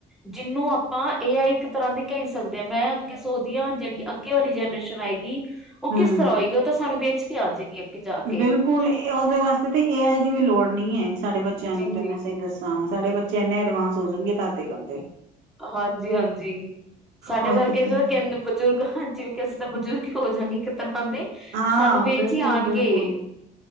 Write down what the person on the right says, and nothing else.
ਹਮ
ਬਿਲਕੁਲ ਉਹਦੇ ਵਾਸਤੇ ਤੇ ਏ ਆਈ ਦੀ ਵੀ ਲੋੜ ਨਹੀਂ ਹੈ, ਸਾਡੇ ਬੱਚਿਆਂ
ਨੂੰ ਤੇ
ਮੈਂ ਸਹੀ। ਦੱਸਾਂ ਸਾਡੇ ਬੱਚੇ ਇੰਨੇ ਐਡਵਾਂਸ ਹੋ ਜਾਣਗੇ ਤਾ ਤਕ ਦੇ।
ਹੋਈ
ਤੇ ਕਹਿ
ਰਹੇ
ਹਾਂ
ਬਿਲਕੁਲ
ਬਿਲਕੁਲ